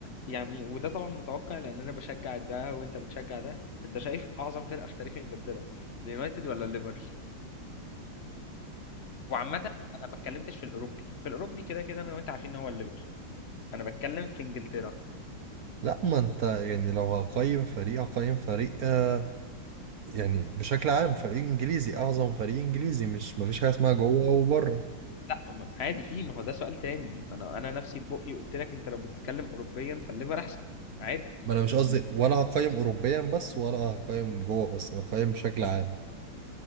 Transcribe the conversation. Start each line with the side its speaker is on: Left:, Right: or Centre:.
Left: يعني وده طبعا متوقع لان انا بشجع ده وانت بتشجع ده انت شايف اعظم فرقة في تاريخ انجلترا اليونايتد ولا الليفر وعامة انا ما اتكلمتش في الاوروبي في الاوروبي كده كده انا وانت عارفين ان هو الليفر انا بتكلم في انجلترا
Right: لا ما انت يعني لو هقيم فريق هقيم فريق آه يعني بشكل عام فريق انجليزي اعظم فريق انجليزي مش مفيش حاجة اسمها جوه وبره
Left: لا ما- عادي في ما هو ده سؤال تاني ما انا انا نفسي ببقي قلت لك انت لو بتتكلم اوروبيا فالليفر احسن عادي
Right: ما انا مش قصدي
Left: م-
Right: ولا هقيم اوروبيا بس ولا هقيم جوه بس انا هقيم بشكل عام